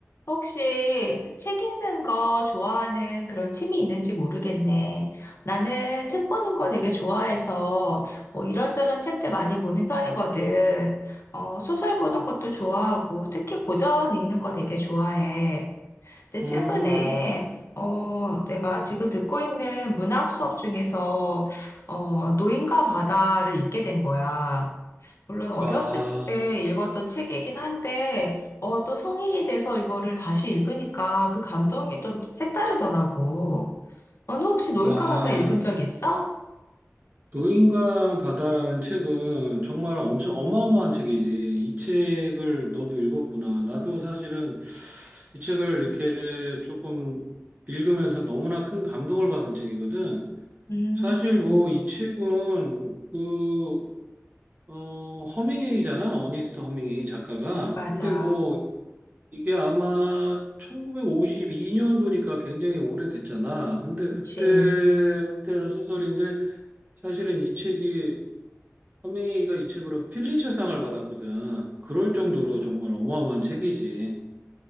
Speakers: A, on the left; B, on the right.
A: 혹시 책 읽는 거 좋아하는 그런 취미 있는지 모르겠네. 나는 책 보는 거 되게 좋아해서 뭐 이런저런 책들 많이 보는 편이거든. 어, 소설 보는 것도 좋아하고 특히 고전 읽는 거 되게 좋아해. 근데
B: 음,
A: 최근에 어, 내가 지금 듣고 있는 문학 수업 중에서 어, 노인과 바다를 읽게 된 거야. 물론 어렸을
B: 와,
A: 때 읽었던 책이긴 한데, 어, 또 성인이 돼서 이거를 다시 읽으니까 그 감동이 또 색다르더라고. 너는 혹시 노인과
B: 와.
A: 바다 읽은 적 있어?
B: 노인과 바다라는 책은 정말 엄청 어마어마한 책이지. 이 책을 너도 읽었구나. 나도 사실은 이 책을 이렇게 조금 읽으면서 너무나 큰 감동을 받은 책이거든.
A: 음,
B: 사실 뭐 이 책은 그, 어, 허밍웨이잖아. 어니스트 허밍웨이 작가가.
A: 맞아.
B: 근데 뭐 이게 아마 1952년도니까 굉장히 오래됐잖아. 근데
A: 그치.
B: 그때 한때는 소설인데 사실은 이 책이 허밍웨이가 이 책으로 필리처상을 받았거든. 그럴 정도로 정말 어마어마한 책이지.